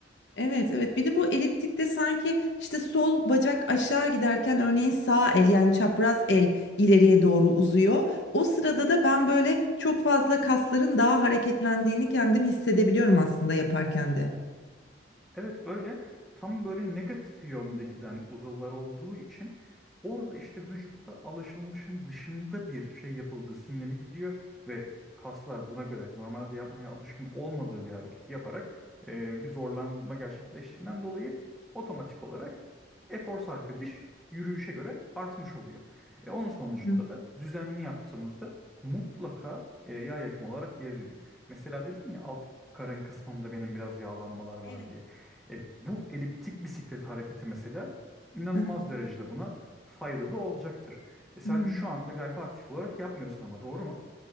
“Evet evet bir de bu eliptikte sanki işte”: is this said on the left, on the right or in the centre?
Left